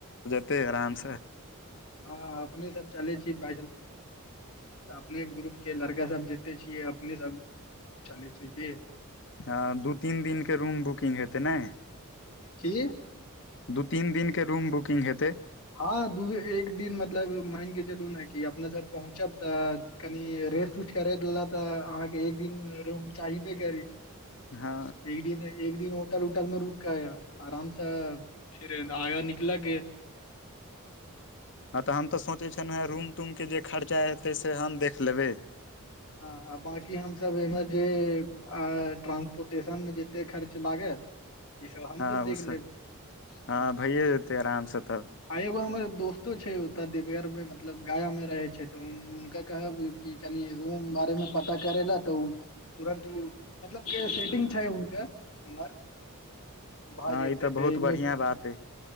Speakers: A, on the left (about 55°); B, on the left (about 80°).
A: त आरामसँ
B: हँ अपने सब चले छी ब अपने ग्रुप के लड़का सब जतय छीयै अपने सब चलै छै कि
A: हँ दू तीन दिनके रूम बुकिंग हेतै ने
B: की
A: दू तीन दिन के रूम बुकिंग हेतै
B: हँ दू एक दिन मतलब मान के चलू ने कि अपने सब पहुँचब तऽ कनि रेस्ट उस् करेेल तऽ अहाँके एक दिन रूम चाहबे करी
A: हँ
B: एक दिन एक दिन होटल उटल मे रुक कऽ आरामसँ फिर आगाँ निकल के
A: हँ तऽ हम तऽ सोचै छियहु हेँ रूम तूमके जे खर्चा हेतै से हम देख लेबै
B: हँ बकी हमसभ एहिमेर जे ट्रानंसपोर्टेशनमे जते खर्च लागत ई सब हमस
A: हँ
B: देख
A: उस
B: लेब
A: हँ
B: ह
A: भइए जेतै आरामसँ तऽ
B: आ एगो दोस्तो छै ओतऽ देवघर मे मतलब गाया मे रहे छै तऽ हुनका कहब की कनि रूम बारे मे पता करै ला तऽ ओ तुरन्त ओ मतलब के सेटिंग छै हुनकर उमर तऽ भा
A: हँ
B: जेते
A: ई तऽ
B: है
A: बहुत
B: एहिमे
A: बढ़िआँ बात अइ